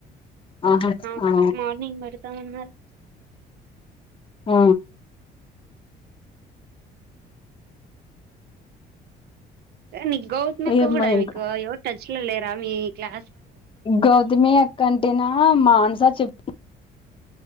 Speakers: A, on the left (about 30°); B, on the right (about 70°).
A: ఆహా
B: ఆఫ్
A: ఆ
B: మార్నింగ్ పెడతామన్నారు
A: ఆ
B: నీ గౌత్మక్క
A: ఏమ్మా
B: కూడ
A: ఇంకా
B: మీకు ఎవట టచ్ లో లేరా మీ క్లా
A: గౌతమి అక్కంటేనా మాంస చెప్